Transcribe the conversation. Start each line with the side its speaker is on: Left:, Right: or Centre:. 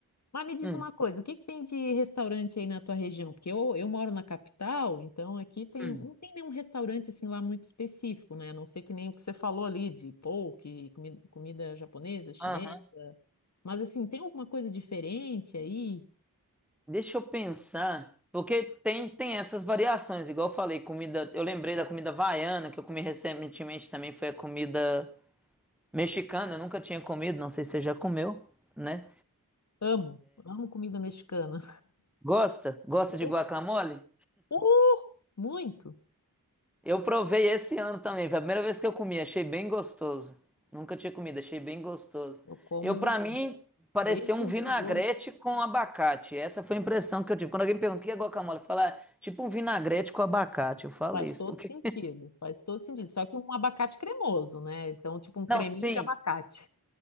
Left: mas me diz
Centre: Hum,
Left: uma coisa, o que que tem de restaurante aí na tua região? Porque eu, eu moro na capital, então aqui tem,
Centre: hum.
Left: não tem nenhum restaurante assim lá muito específico, né? A não ser que nem o que você falou ali de poke, comi- comida japonesa, chinesa.
Centre: Aham.
Left: Mas assim, tem alguma coisa diferente aí?
Centre: Deixa eu pensar, porque tem, tem essas variações, igual eu falei, comida, eu lembrei da comida havaiana, que eu comi recentemente também, foi a comida mexicana, eu nunca tinha comido, não sei se você já comeu, né?
Left: Amo, amo comida mexicana.
Centre: Gosta? Gosta
Left: Oh,
Centre: de guacamole?
Left: oh, <laughs> muito.
Centre: Eu provei esse ano também, foi a primeira vez que eu comi, achei bem gostoso. Nunca tinha comido, achei bem gostoso.
Left: Eu como
Centre: Eu, pra mim, pareceu
Left: desde
Centre: um
Left: os
Centre: vinagrete
Left: 18.
Centre: com abacate, essa foi a impressão que eu tive. Quando alguém pergunta o que é guacamole, eu falo, "Ah, tipo um vinagrete com abacate, eu falo
Left: Faz
Centre: isso,
Left: todo
Centre: porque...
Left: sentido, faz todo sentido. Só que um abacate cremoso, né? Então, tipo um creminho
Centre: Não, sim.
Left: de abacate.